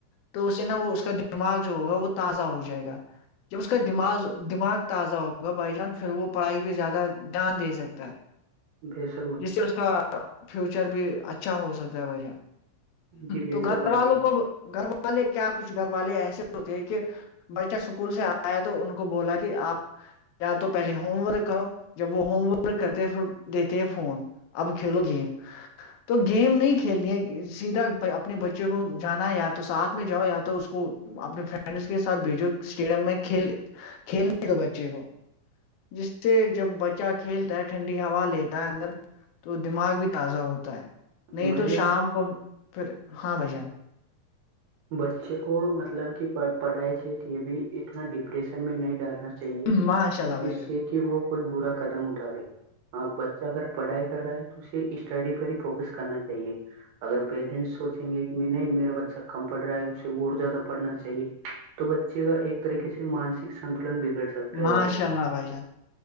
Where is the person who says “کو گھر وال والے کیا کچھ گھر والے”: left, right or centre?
Left